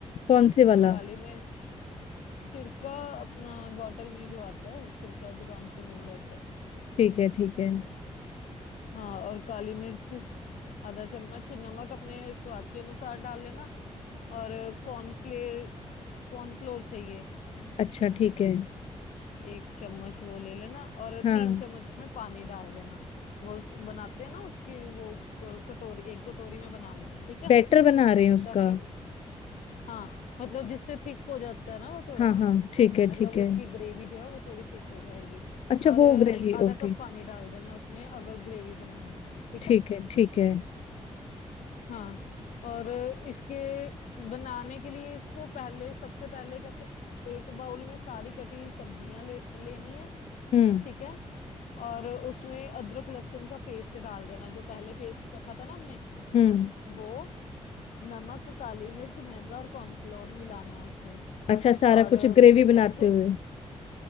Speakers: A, on the left (about 55°); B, on the left (about 80°).
A: कौन से वाला
B: काली मिर्च सिरका अपना बॉटल में जो आता है सिरका दुकान से मिल जाता है
A: ठीक है ठीक है
B: हाँ और काली मिर्च आधा चम्मच नमक अपने स्वाद के अनुसार डाल लेना और कॉर्नफ्ले कॉर्नफ्लोर चाहिए
A: अच्छा ठीक है
B: एक चम्मच वो ले लेना और
A: हाँ
B: तीन चम्मच उसमें पानी डाल देना वो उस- बनाते हैं ना उसकी वो अ, कटोरी एक कटोरी में बना लेना ठीक है
A: बैटर बना रहे हैं उसका
B: ताकि हाँ मतलब जिससे थिक हो जाता है ना वो थोड़ा
A: हाँ हाँ ठीक है
B: मतलब
A: ठीक
B: उसकी
A: है
B: ग्रेवी जो है वो थोड़ी थिक हो जाएगी
A: अच्छा
B: और
A: वो
B: अ,
A: ग्रेवी
B: आधा
A: ओके
B: कप पानी डाल देना उसमें अगर ग्रेवी बनानी है ठीक
A: ठीक
B: है
A: है ठीक है
B: हाँ और इसके बनाने के लिए इसको पहले सबसे पहले कहते एक बाउल में सारी कटी हुई सब्जियां ले लेनी है
A: हम्म
B: ठीक है और उसमें अदरक लहसुन का पेस्ट डाल देना जो पहले पेस्ट रखा था ना हमने
A: हम्म
B: वो नमक काली मिर्च मैदा और कॉर्नफ्लोर मिलाना है उसमें
A: अच्छा सारा
B: और
A: कुछ ग्रेवी
B: फिर
A: बनाते
B: सब कुछ
A: हुए